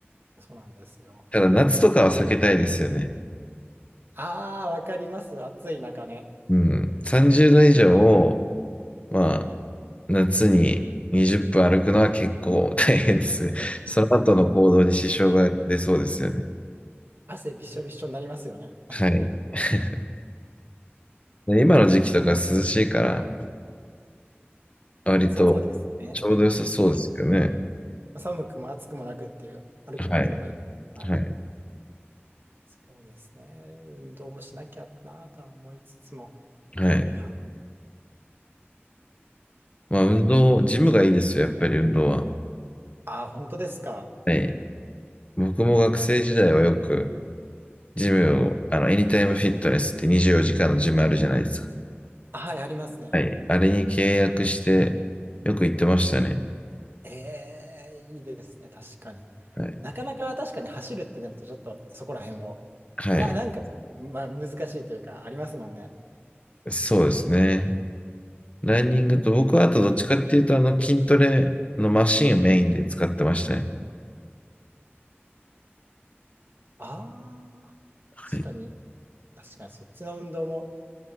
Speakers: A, on the right; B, on the left.
A: そうなんですよ。
B: ただ夏とかは避けたいですよね。
A: ああ、わかります。暑い中ね。
B: うん。30度以上を、まあ、夏に20分歩くのは結構大変ですね。その後の行動に支障が出そうですよね。
A: 汗びっしょびっしょになりますよね。
B: はい。<laughs> で今の時期とか涼しいから、割とちょうど良さそうですけどね。
A: そうですね。ちょうど寒くも暑くもなくっていう、歩くのにちょうどいい。
B: はい。
A: はい。
B: はい。
A: そうですね。運動もしなきゃなとは思いつつも。
B: はい。
A: まあ、
B: まあ、運動、ジムがいいですよ、やっぱり運動は。
A: あー、本当ですか。
B: はい。僕も学生時代はよく、ジムを、あの、エニタイムフィットネスって24時間のジムあるじゃないですか。
A: はい、ありますね。
B: はい。あれに契約して、よく行ってましたね。
A: ええいいですね。確かに。
B: はい。
A: なかなか確かに走るってなると、ちょっとそこら辺を。
B: はい。
A: な、なんか、まあ、難しいというか、ありますもんね。
B: そうですね。ランニングと、僕はあとどっちかっていうと、あの、筋トレのマシンをメインで使ってましたね。
A: ああ、
B: はい。
A: 確かに。確かに、そっちの運動も